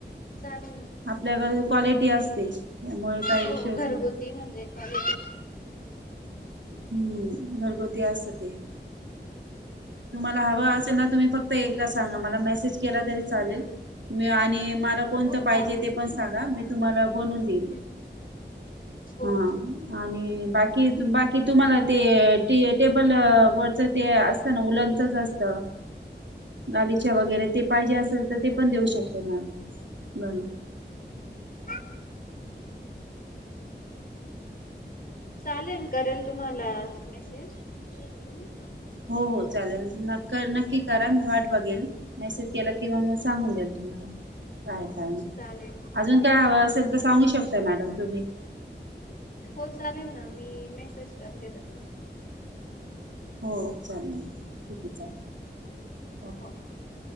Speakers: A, on the left (about 50°); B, on the right (about 80°).
A: चालेल ना.
B: आपल्याकडे क्वालिटी असते, त्यामुळे काही
A: हो
B: विषय
A: घरगुती म्हणजे. पाले.
B: हम्म, घरगुती असत ते. तुम्हाला हवां असेल ना? तुम्ही फक्त एकदा सांगा. मला मेसेज केला तरी चालेल. मी आणि म कोणतं
A: हो चालेल
B: पाहिजे ते पण सांगा, मी तुम्हाला बनून दिल.
A: हम्म हो
B: हा..
A: हो.
B: आणि बाकी, बाकी. तुम्हाला ते टेबल वरच ते असतं ना? उलंनच असत. गालीच्या वगैरे ते पाहिजे असेल, तर ते पण देऊ शकते, मॅम, म्हणून.
A: ह... चालेल, करेल तुम्हाला मेसेज हुं..
B: हो, हो, चालेल. नक् नक्की करा. मी वाट बघेल. मेसेज केला, किंवा म सांगून
A: हो
B: दे्याल. तुम्हाला काय काय नाही,
A: चालेल.
B: अजून
A: ठीक.
B: काय हवं
A: हो
B: असेल, तर सांगू शकताय, मॅडम, तुम्ही.
A: हो, चालेल ना? मी मेसेज करते तस.
B: हो, चालेल. मॅ ठीक आहे, चालेल. Okay
A: हो.